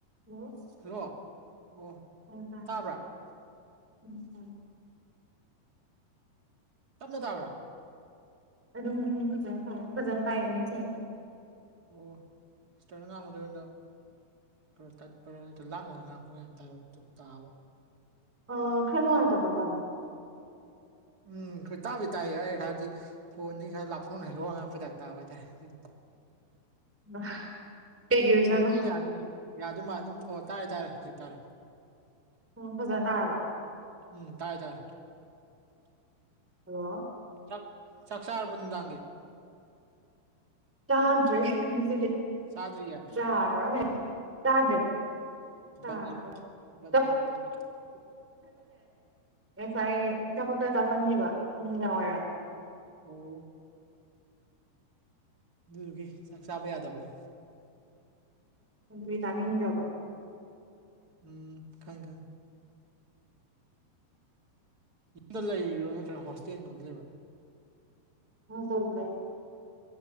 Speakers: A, in the centre; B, on the right.
A: ꯍꯜꯂꯣ
B: ꯍꯜꯂꯣ ꯑꯣ
A: ꯑꯣ ꯇꯥꯔꯦ
B: ꯇꯥꯕ꯭ꯔꯥ
A: ꯇꯥꯔꯦ ꯎꯝ ꯇꯥꯔꯦ
B: ꯇꯞꯅ ꯇꯥꯕ꯭ꯔꯥ꯫
A: ꯑꯗꯨꯝ ꯎꯝ ꯐꯖꯅ ꯐ ꯐꯖꯅ <unintelligible>
B: ꯑꯣ ꯁꯤꯁꯇꯔꯅ ꯉꯥꯡꯕꯗꯣ ꯑꯣꯟꯏꯗ ꯈꯔ ꯇꯠꯄ ꯅꯠꯇ ꯂꯥꯞꯅꯗꯅ ꯉꯥꯡꯕ ꯑꯩꯈꯣꯏ ꯇꯥꯕ
A: ꯑ ꯈꯔ ꯅꯨꯡꯉꯥꯏꯇꯕꯔ ꯇꯥꯕ
B: ꯎꯝ ꯍꯣꯏ ꯇꯥꯕꯗꯤ ꯇꯥꯏꯌꯦ ꯑꯩ ꯍꯥꯏꯕꯗꯤ ꯐꯣꯟꯗꯒꯤꯩ ꯈꯔ ꯂꯥꯞꯊꯣꯛꯅ ꯋꯥ ꯑꯉꯥꯡꯕ ꯇꯥꯏꯕꯇ ꯇꯥꯕ ꯑꯗꯨꯒꯤ ꯍꯥꯏꯇꯥꯔꯦ꯫
A: <unintelligible> ꯀꯩꯒꯤ ꯑꯣꯏꯖꯥꯠꯅꯣ
B: ꯌꯥꯅꯤ ꯑꯗꯨꯝ ꯌꯥꯅꯤꯗ ꯌꯥꯗꯣꯏ ꯃꯥꯜ ꯑꯗꯨꯝ ꯑꯣ ꯇꯥꯔꯦ ꯇꯥꯔꯦ ꯍꯧꯖꯤꯛ ꯇꯥꯔꯦ
A: ꯎꯝ ꯐꯖꯅ ꯇꯥꯔꯕ꯫
B: ꯎꯝ ꯇꯥꯔꯦ ꯇꯥꯔꯦ꯫
A: ꯍꯜꯂꯣ
B: ꯆꯥꯛ ꯆꯥꯛ ꯆꯥꯔꯕꯣ ꯅꯨꯡꯗꯥꯡꯒꯤ
A: ꯆꯥꯗꯔꯦ ꯉꯁꯤꯗꯤ
B: ꯆꯥꯗꯔꯤꯌꯦ꯫
A: <unintelligible>
B: ꯕꯇꯔ ꯕꯇꯔ ꯇꯧꯔꯦꯕ
A: ꯉꯁꯥꯏ ꯑꯆꯥꯄꯣꯠ ꯈꯔ ꯆꯥꯁꯤꯟꯈꯤꯕ ꯅꯨꯡꯗꯥꯡ ꯋꯥꯏꯔꯝ
B: ꯑꯣ ꯑꯗꯨꯗꯨꯒꯤ ꯆꯥꯛ ꯆꯥꯕ ꯌꯥꯗꯕꯗꯣ
A: ꯑꯗꯨꯗꯤ ꯇꯥꯅꯤꯡꯗ꯭ꯔꯕꯣ
B: ꯎꯝ ꯈꯪꯏ ꯈꯪꯏ ꯌꯨꯝꯗ ꯂꯩꯕ꯭ꯔꯣ ꯅꯠꯇ꯭ꯔꯥ ꯍꯣꯁꯇꯦꯜꯒꯨꯝꯕꯗ ꯂꯩꯕ꯭ꯔꯥ
A: <unintelligible>